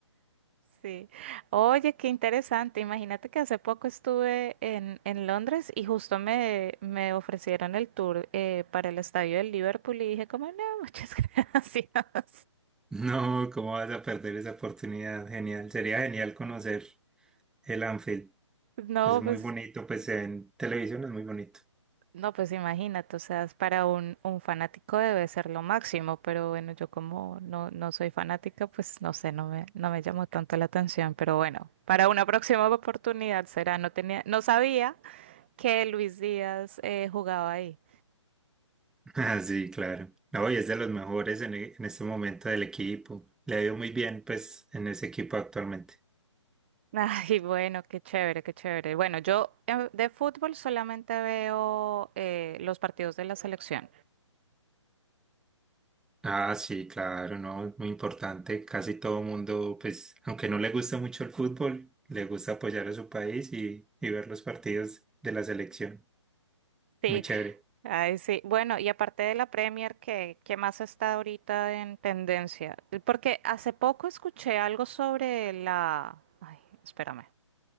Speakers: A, on the right; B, in the centre.
A: Sí. Oye, qué interesante. Imagínate que hace poco estuve en, en Londres y justo me, me ofrecieron el tour eh, para el estadio del Liverpool y dije como, no, muchas <laughs> gracias.
B: No, ¿cómo vas a perder esa oportunidad? Genial, sería genial conocer el Anfield.
A: No,
B: Es muy
A: pues
B: bonito, pues en televisión es muy bonito. <laughs>
A: No, pues imagínate, o sea, es para un, un fanático debe ser lo máximo, pero bueno, yo como no, no soy fanática, pues no sé, no me, no me llamó tanto la atención, pero bueno, para una próxima oportunidad será, no tenía, no sabía que Luis Díaz eh, jugaba ahí.
B: Ah, sí, claro. No, y es de los mejores en, e- en este momento del equipo. Le ha ido muy bien, pues, en ese equipo actualmente.
A: <laughs> Ay, bueno, qué chévere, qué chévere. Bueno, yo eh, de fútbol solamente veo eh, los partidos de la selección.
B: Ah, sí, claro, no, es muy importante. Casi todo mundo, pues, aunque no le gusta mucho el fútbol, le gusta apoyar a su país y, y ver los partidos de la selección.
A: Sí,
B: Muy chévere.
A: Ay, sí. Bueno, y aparte de la Premier, ¿qué, qué más está ahorita en tendencia? Porque hace poco escuché algo sobre la... Ay, espérame.